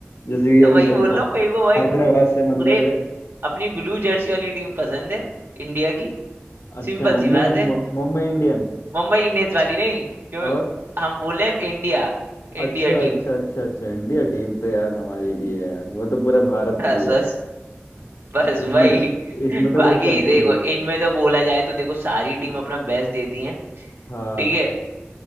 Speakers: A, on the left (about 85°); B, on the right (about 60°).
A: जैसे कि
B: तो वही
A: मेरे
B: बोल
A: को
B: रहा हूँ मेरे को भाई
A: हैदराबाद
B: पू-
A: से मतलब
B: पूरे
A: है
B: अपनी ब्लू जर्सी वाली टीम पसंद है इंडिया की
A: अच्छा
B: सिंपल
A: मुंबई
B: सी बात है
A: मु- मुंबई इंडियन
B: मुंबई इंडियंस वाली नहीं जो
A: और
B: हम बोले इंडिया
A: अच्छा
B: इंडिया
A: अच्छा
B: टीम
A: अच्छा अच्छा इंडिया टीम तो यार हमारी भी है यार वो तो पूरा भारत
B: बस
A: की है
B: बस बस
A: इसमें
B: भाई
A: तो
B: <laughs>
A: इसमें तो
B: बाकी
A: कोई शक ही
B: देखो
A: नहीं है
B: इनमें तो बोला जाए तो देखो सारी टीम अपना बेस्ट देती है ठीक
A: हाँ
B: है